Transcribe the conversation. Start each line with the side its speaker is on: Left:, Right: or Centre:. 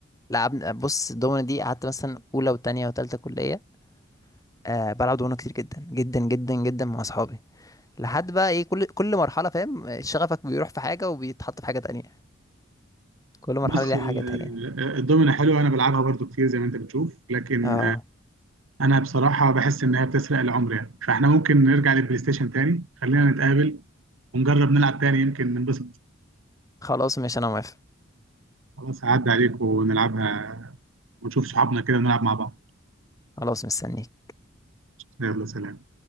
Left: لعبنا بص الدومينو دي قعدت مثلا أولى وتانية وتالتة كلية آه، بلعب دومينو كتير جدا جدا جدا جدا مع اصحابي لحد بقى ايه كل كل مرحله فاهم شغفك بيروح في حاجه وبيتحط في حاجه تانية كل مرحلة
Right: بص
Left: ليها
Right: ال-
Left: حاجاتها يعني
Right: الدومينه حلوه انا بلعبها برضو كتير زي ما انت بتشوف لكن
Left: اه
Right: انا بصراحه بحس ان هي بتسرق العمر يعني فاحنا ممكن نرجع للبلاي ستيشن تاني خلينا نتقابل ونجرب نلعب تاني يمكن ننبسط
Left: خلاص ماشي انا موافق
Right: خلاص هعدي عليك ونلعبها ونشوف صحابنا كده ونلعب مع بعض
Left: خلاص مستنيك
Right: يلا سلام